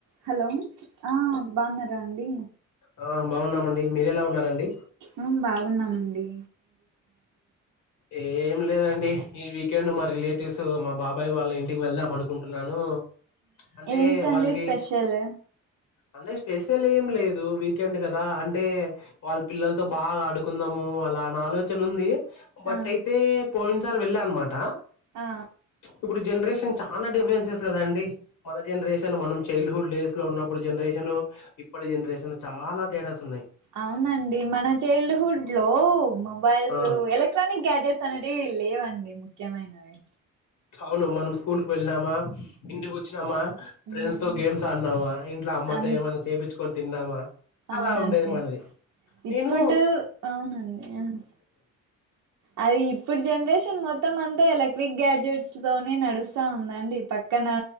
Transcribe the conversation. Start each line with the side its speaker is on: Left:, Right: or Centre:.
Right: Hello ఆ బాగున్నారా అండి
Left: ఆ బాగున్నామండి మీరెలా ఉన్నారండి
Right: ఉ బాగు ఉన్నామండి
Left: ఏం లేదండి ఈ వీకెండ్ మా రిలేట్ వ్స్ మా బాబాయ్ వాళ్ళ ఇంటికి వెళ్దాం అనుకుంటున్నాను అంటే
Right: ఏంటండి
Left: వాళ్ళకి
Right: స్పెషల్
Left: అంటే స్పెషల్ ఏం లేదు వీక్ కెండ్ కదా అంటే వాళ్ళ పిల్లలతో బాగా ఆడుకుందాము అలా అని ఆలోచన చన ఉంది బట్
Right: ఆ
Left: అయితే పోయిన సారి వెళ్ళానమాట
Right: ఆ
Left: ఇప్పుడు జెనరేషన్ చాలా డిఫరెన్సెస్ కదా అండి మన జనరేషన్ మనం చైల్డ్ హుడ్ డేస్ లో ఉన్నప్పుడు జనరేషన్ ఇప్పటి జనరేషన్ చాలా తేడాస్ ఉన్నాయి
Right: అవునండి మన చైల్డ్ హుడ్ లో మొబైల్స్
Left: ఆ
Right: ఎలెక్ట్రానిక్ గ్యాజెట్ సానెటివి లేవండి ముఖ్యమైనవి
Left: అవును మనం స్కూల్ కు వెళ్ళినామా ఇంటికి వచ్చినామా ఫ్రెండ్స్
Right: ఉమ్
Left: తో గేమ్స్ ఆడినామా ఇంట్లో అమ్మతో
Right: అన్
Left: ఏమైనా చేపిచ్ కొని తిన్నామా అలా
Right: అవునండి
Left: ఉండేది మనది నేను
Right: ఇప్పుడు అవునండి అది ఇప్పుడు జనరేషన్ మొత్తం అంతా ఎలక్ట్రిక్ గ్యాడ్జెట్స్ తోనే నడుస్ స్తా ఉందండి పక్కన